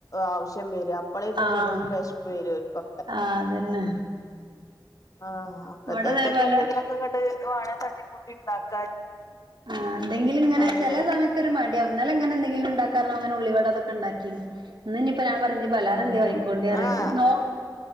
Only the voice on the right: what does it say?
ആഹ്
ആഹ് അതന്നെ
ഇവിടെ അതേപോലെ
ആഹ് എന്തെങ്കിലു ഇങ്ങനെ
ചെല സമയത്ത ത്തൊരു മടിയാവും ഇന്നലെ ഇങ്ങനെ എന്തെങ്കിലും ഇണ്ടാക്കാ പറഞ് ഇങ്ങനെ ഉള്ളിവട ഒക്കെ ഇണ്ടാക്കിനി ഇന്നിഞ്ഞ്പ്പോ ഞാൻപറയാ എന്തേ പലഹാരം
എന്തേ
നോ